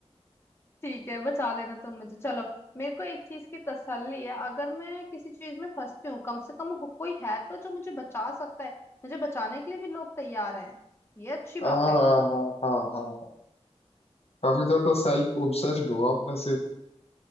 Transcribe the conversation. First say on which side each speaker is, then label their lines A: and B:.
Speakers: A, on the left; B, on the left.
A: ठीक है बचा लेना तुम मुझे चलो मेरे को एक चीज की तसल्ली है अगर मैं किसी चीज में फंसती हूँ कम से कम हो- कोई है तो जो मुझे बचा सकता है मुझे बचाने के लिए भी लोग तैयार हैं ये अच्छी बात
B: हाँ हाँ
A: है
B: हाँ हाँ हाँ हाँ। काफी ज्यादा सेल्फ ऑब्सेस्ड हो आप वैसे